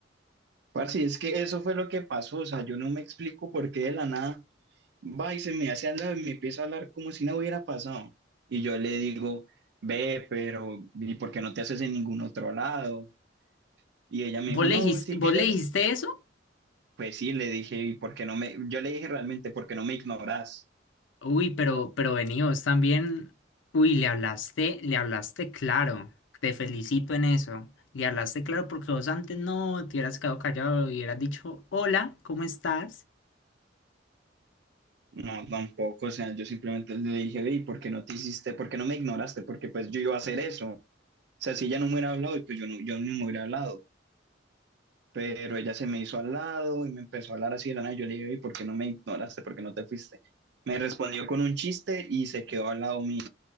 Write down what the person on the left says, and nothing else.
¿Vos
le
dijiste,
vos
le dijiste eso?
Uy, pero, pero veníos también. Uy, le hablaste, le hablaste claro. Te felicito en eso. Le hablaste claro porque vos antes no te hubieras quedado callado y hubieras dicho, hola, ¿cómo estás?